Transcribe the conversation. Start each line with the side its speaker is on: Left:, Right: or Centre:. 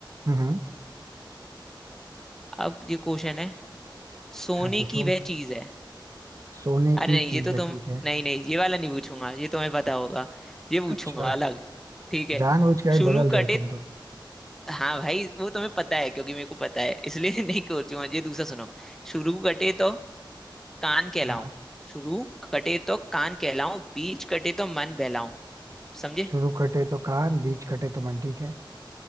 Right: हम्म हम्म,
Centre: अब ये क्वेश्चन है सोने
Right: हाँ पूछो
Centre: की वह चीज है
Right: सोने
Centre: अरे
Right: की
Centre: नहीं
Right: चीज
Centre: ये तो
Right: है
Centre: तुम
Right: ठीक है
Centre: नहीं नहीं ये वाला नहीं पूछूंगा ये तुम्हें पता होगा ये पूछूंगा
Right: अच्छा
Centre: अलग ठीक है
Right: जानबूझ के भाई
Centre: शुरू
Right: बदल रहे
Centre: कटे
Right: हो तुम तो
Centre: हाँ भाई वो तुम्हें पता है क्योंकि मेरे को पता है इसलिए <laughs> नहीं करती हूँ ये दूसरा सुनो शुरू कटे तो कान कहलाऊं
Right: हाँ
Centre: शुरू कटे तो कान कहलाऊं बीच कटे तो मन बहलाऊं समझे
Right: शुरू कटे तो कान बीच कटे तो मन ठीक है